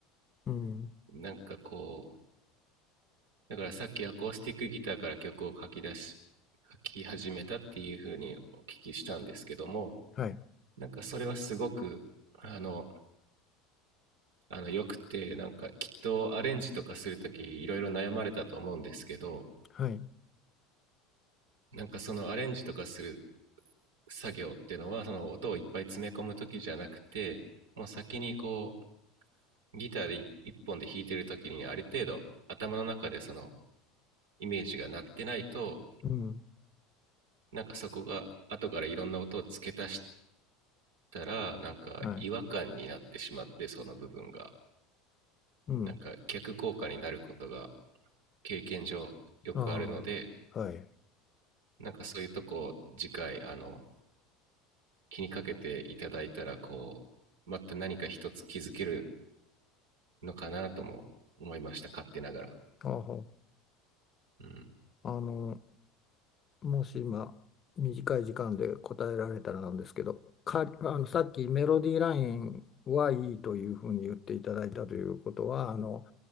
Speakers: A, on the left; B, on the right.
A: うん、
B: なんかこうだからさっきアコースティックギターから曲を書き出し書き始めたっていう風にお聞きしたんですけども
A: はい、
B: なんかそれはすごくあのあのよくてなんかきっとアレンジとかするときいろいろ悩まれたと思うんですけど
A: はい、
B: なんかそのアレンジとかする作業っていうのはその音をいっぱい詰め込む時じゃなくてもう先にこうギターで一本で弾いてる時にある程度頭の中でそのイメージが鳴ってないと
A: うん、
B: なんかそこが後からいろんな音を付け足したらなんか違和感になってしまってその部分が
A: はい、うん、
B: なんか逆効果になることが経験上よくあるので
A: ああ、はい、
B: なんかそういうとこを次回あの気にかけていただいたらこうまた何か一つ気づけるのかなとも思いました勝手ながら、
A: ああ、
B: うん、
A: あの、もし今、短い時間で答えられたらなんですけど、か、あの、さっきメロディーラインはいいというふうに言っていただいたということは、あの、